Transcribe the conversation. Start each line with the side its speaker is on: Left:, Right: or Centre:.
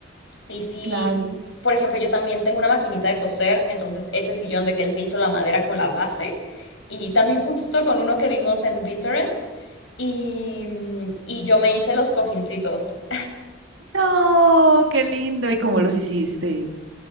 Left: Y sí,
Right: Claro.
Left: por ejemplo, yo también tengo una maquinita de coser, entonces ese sillón de que él se hizo la madera como la base, y también <laughs> justo con uno que vimos en Pinterest, y, y yo me hice los cojincitos.
Right: No, qué lindo. ¿Y cómo los hiciste?